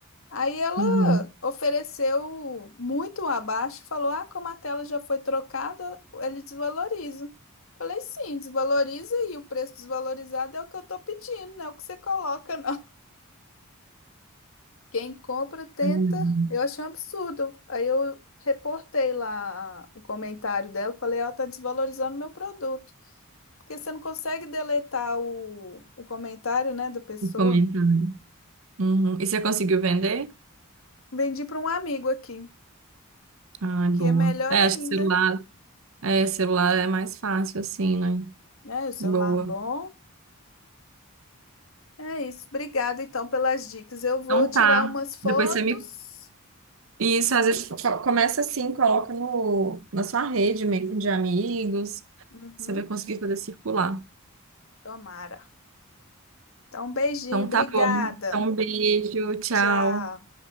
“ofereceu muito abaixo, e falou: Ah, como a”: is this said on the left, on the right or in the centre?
Left